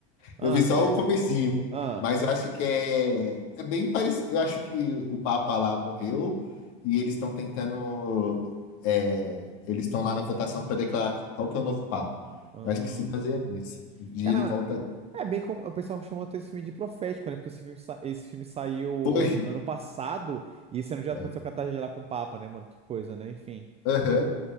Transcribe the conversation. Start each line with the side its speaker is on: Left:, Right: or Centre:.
Right: Ah,
Left: Eu vi só
Right: certo.
Left: o comecinho,
Right: Ah.
Left: mas eu acho que é, é bem parecido. Eu acho que o Papa lá morreu e eles estão tentando. é, eles estão lá na votação para declarar qual que é o novo Papa.
Right: Ah.
Left: Eu acho que se baseia nisso. De
Right: Caramba,
Left: ir e volta aí.
Right: é bem como. O pessoal chamou até esse filme de profético, né? Porque esse filme, sa- esse filme saiu
Left: Foi.
Right: an- ano passado e esse ano já
Left: É.
Right: aconteceu a catástrofe lá com o Papa, né, mano? Que coisa, né? Enfim.
Left: Aham.